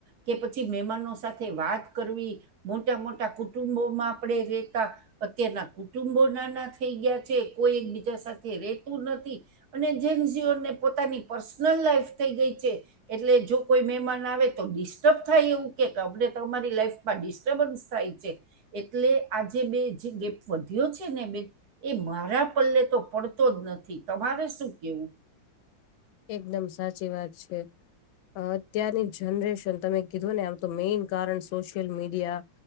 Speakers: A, on the right; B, on the left.
A: કે પછી મહેમાનો સાથે વાત કરવી, મોટા મોટા કુટુંબોમાં આપણે રેતા. અત્યારના કુટુંબો નાના થઈ ગયા છે કોઈ એકબીજા સાથે રેતું નથી. અને જેસીઓને પોતાની પર્સનલ લાઈફ થઈ ગઈ છે, એટલે જો કોઈ મહેમાન આવે તો ડિસ્ટર્બ થાય એવું કે અમને તમારી લાઈફમાં ડિસ્ટર્બન્સ થાય છે. એટલે આજે બે જે ગેપ વધ્યો છે ને બે એ મારા પલ્લે તો પડતો જ નથી તમારે શું કેવું?
B: એકદમ સાચી વાત છે. અત્યારની જનરેશન તમે કીધું ને આમ તો મેઈન કારણ social media.